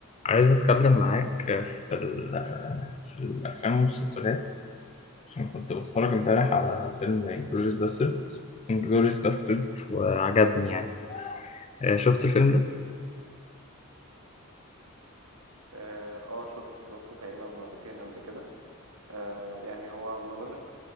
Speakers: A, on the left; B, on the right.
A: عايز أتكلم معاك في ال في الأفلام والمسلسلات عشان كنت بتفرج امبارح على فيلم انجلوريس باستردز انجلوريس باستردز وعجبني يعني آه، شفت الفيلم ده؟
B: اه آه، شفته شفته تقريبا مرتين قبل كده آه يعني هو ما اظنش